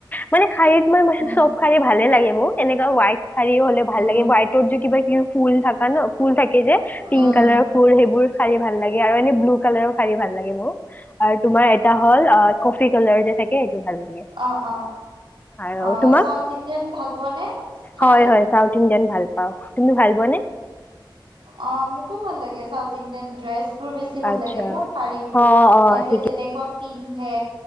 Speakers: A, on the left; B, on the right.
A: মানে শাৰীত মই
B: উম
A: চব শাৰী ভালে লাগে মোক, এনেকুৱা হোৱাইট শাৰী হ'লে ভাল
B: উম
A: লাগে, হোৱাইট যে কিবা-কিবি ফুল থাকা ন, ফুল থাকে যে, পিংক
B: উম
A: কালাৰৰ ফুল সেইবোৰ শাৰী ভাল লাগে, আৰু এনে ব্লু কালাৰৰ শাৰী ভাল লাগে মোৰ, আৰু তোমাৰ এটা হ'ল অ, কফি কালাৰ যে থাকে সেইটো ভাল লাগে
B: অ, অ।
A: আৰু
B: অ,
A: তোমাক
B: চাউথ ইণ্ডিয়ান ভাল পোৱা নে শাৰী?
A: হয় হয় চাউথ ইণ্ডিয়ান ভাল পাওঁ তুমি ভাল পোৱানে
B: অ, মোকো ভাল লাগে, চাউথ ইণ্ডিয়ান ড্ৰেছ বোৰ বেছি ভাল
A: আচ্ছা
B: লাগে ন, শাৰী বোৰ,
A: অ' অ'
B: সিহঁতে
A: ঠিকে
B: যেনেকুৱা পিন্ধে